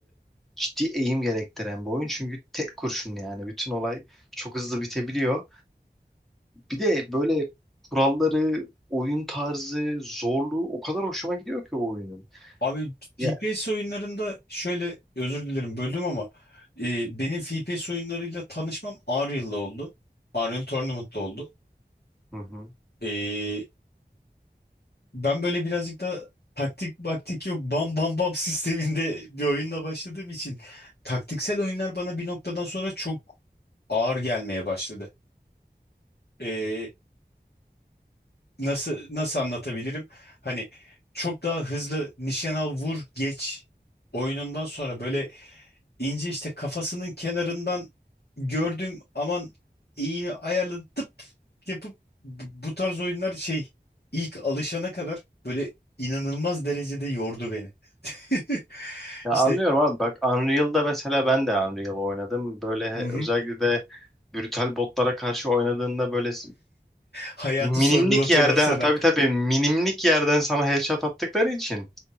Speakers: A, in the centre; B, on the left (about 65°).
A: ciddi eğim gerektiren bir oyun. Çünkü tek kurşun yani bütün olay çok hızlı bitebiliyor. Bir de böyle kuralları, oyun tarzı, zorluğu o kadar hoşuma gidiyor ki o oyunun.
B: Abi
A: Ya,
B: FPS oyunlarında şöyle özür dilerim böldüm ama e, benim FPS oyunlarıyla tanışmam Unreal'la oldu. Unreal Tournament'la oldu.
A: Hı hı.
B: E, ben böyle birazcık da taktik baktik yok bam bam bam <laughs> sisteminde bir oyunla başladığım için taktiksel oyunlar bana bir noktadan sonra çok ağır gelmeye başladı. E, nasıl nasıl anlatabilirim? Hani çok daha hızlı nişan al vur geç oyunundan sonra böyle İnce işte kafasının kenarından gördüm aman iğne ayarlı tıp yapıp bu bu tarz oyunlar şey ilk alışana kadar böyle inanılmaz derecede yordu beni. <laughs>
A: ya
B: İşte
A: anlıyorum abi bak Unreal'da mesela ben de Unreal oynadım. Böyle
B: hı hı,
A: özellikle de brutal botlara karşı oynadığında böyle
B: hayatı
A: Minimlik
B: sorgulatıyorlar
A: yerden
B: sana.
A: tabii tabii minimlik yerden sana headshot attıkları için